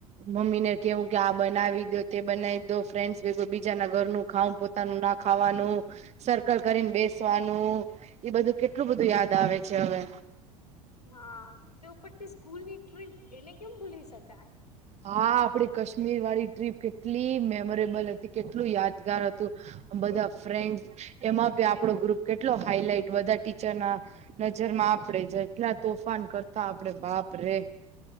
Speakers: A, on the right; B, on the left.
A: મમ્મી ને કેવું કે આ બનાવી દો તે બનાવી દો ફ્રેન્ડ કોઈ બીજા ના ઘરનું ખાઉ પોતાનું ના ખાવાનું સર્કલ કરીને બેસવાનું એ બધું કેટલું બધું યાદ આવે છે હવે
B: હા ને ઉપરથી સ્કૂલ ની ટ્રીપ એને કેમ ભૂલી શકાય
A: હા આપે કાશ્મીર વાળી ટ્રીપ કેટલી મે મોમ્બોરેબલ હતી કેટલું યાદગાર હતું
B: હા
A: બધા ફ્રેન્ડ એમાંભી આપડુ ગ્રુપ કેટલો હાઈલાઈટ બધા ટીચરના નજરમાં આપણેે જેટલા તોફાન કર તો આપડે બાપરે